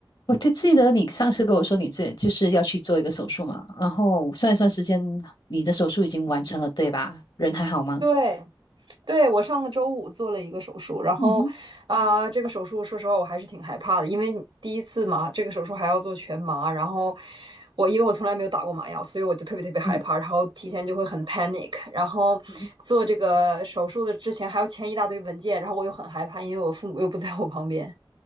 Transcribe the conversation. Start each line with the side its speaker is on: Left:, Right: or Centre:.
Left: 我就记得你上次跟我说你最，就是要去做一个手术嘛，然后算一算时间，你的手术已经完成了，对吧？人还好吗？
Right: 对，对，我上个周五做了一个手术，然后啊、
Left: 嗯哼，
Right: 这个手术说实话我还是挺害怕的，因为第一次嘛，这个手术还要做全麻，然后我因为我从来没有打过麻药，所以我就特别特别害怕，
Left: 嗯
Right: 然后提前就会很 panic，然后做这个手术的之前还要签一大堆文件，
Left: 嗯
Right: 然后我又很害怕，因为我父母又不在我旁边。